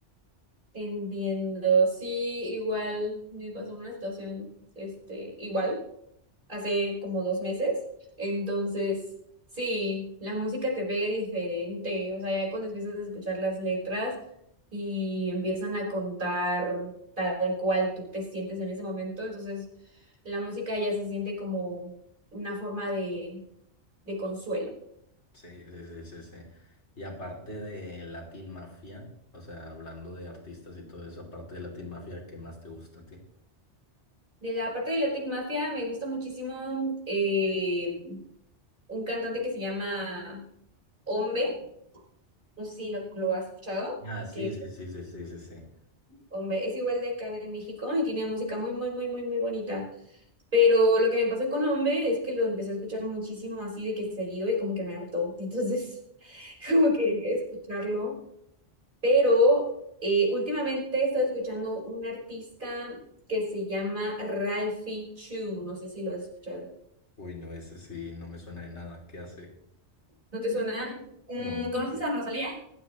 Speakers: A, on the right; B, on the left.
A: Te entiendo, sí, igual me pasó una situación, este, igual. hace como dos meses. Entonces, sí, la música te pega diferente. O sea, ya cuando empiezas a escuchar las letras y empiezan a contar tal cual tú te sientes en ese momento, entonces la música ya se siente como una forma de, de consuelo.
B: Sí, sí, sí, sí, sí. Y aparte de Latin Mafia, o sea, hablando de artistas y todo eso, aparte de Latin Mafia, ¿qué más te gusta a ti?
A: De la parte de Latin Mafia me gusta muchísimo eh, un cantante que se llama Ombe, no sé si lo, lo has escuchado,
B: Ah, sí,
A: que
B: sí, sí, sí, sí, sí, sí.
A: Hombre, es igual de acá de México y tiene música muy, muy, muy, muy, muy bonita. Pero lo que me pasó con Hombre es que lo empecé a escuchar muchísimo así de que seguido y como que me hartó. Entonces, <laughs> como que dejé de escucharlo. Pero eh, últimamente he estado escuchando un artista que se llama Ralphie Chu. No sé si lo has escuchado.
B: Uy, no, ese sí no me suena de nada. ¿Qué hace?
A: ¿No te suena? Mm,
B: No.
A: ¿conoces a Rosalía?